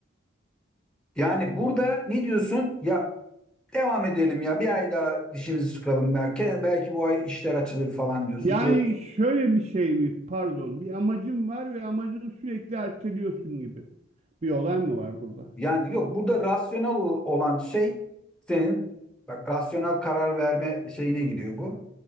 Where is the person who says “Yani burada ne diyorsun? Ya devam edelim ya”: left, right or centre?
Centre